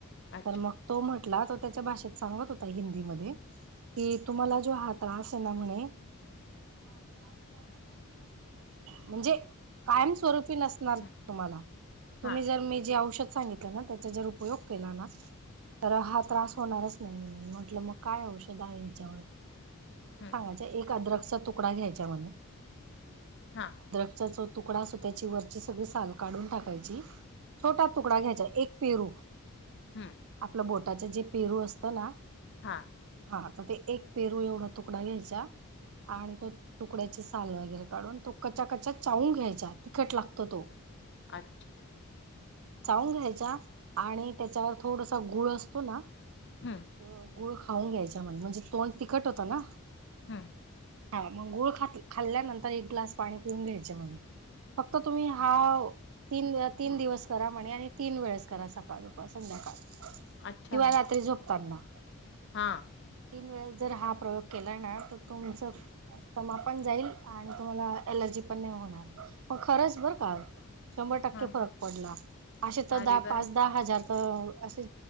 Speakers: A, on the left; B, on the right.
A: अच्छा.
B: तर मग तो म्हन टला त्याच्या भाषेत सांगत होता हिंदी मध्ये, तुमचा जो हा त्रास आहे ना म्हणे म्हणजे कायम स्वरुपी नसनार
A: हं,
B: तुम्हाला तुम्ही
A: हां,
B: जर मी जी औषध सांगितल त्याचा जर उपयोग केला ना तर हा होणारच नाही म्हणे म्हंटलं मग काय औषध आहे याच्यावर तो
A: हं,
B: सांगाच्या एक अद्रक तुकडा घ्यायचा म्हणे.
A: हां,
B: अद्रकचा चो तुकडा सु त्याची वरची सगळी साल काढून टाकायची. छोटा तुकडा घ्यायचा एक पेरू
A: हं,
B: आपलं बोल ज पेरू असतो ना
A: हा
B: हा तर ते एक पेरू एवढा तुकडा घ्यायचा आणि तो तुकड्याची साल वगैरे काढून तो क् कचा चावून घ्यायचा. तिखट लागतो तो
A: अच्छा
B: चाऊून घ्यायच्या आणि त्याच्यावर थोडसा गुळ असतो ना हो
A: हं,
B: गुळ खाऊन घ्यायच्या म्ह म्हणजे तोंड तीखट होतं ना.
A: हम्म
B: हा मग गूळ खाल्ल्यानंतर एक ग्लास पाणी पिऊन गुळ खाल्यानंतर एक ग्लास पाणी घ्यायचे म्हणे फक्त तुम्ही हा तीन तीन दिवस करा म्हणे आणि तीन वेळेस करा सकाळ दूपार संध्याकाळ
A: अच्छा
B: किंवा रात्री झोपताना
A: हा
B: तीन वेळेस जर हा प्रयोग केला ना तर तुमच दमा पण जाईल. आणि तुम्हाला एलर्जी पण नाही होणार. मग खरंच बर का. शंभर टक्के
A: हां,
B: फरक
A: हां.
B: पडला. असे तर
A: अरे
B: दहा
A: वाह!
B: पाच दहा हजार तर असे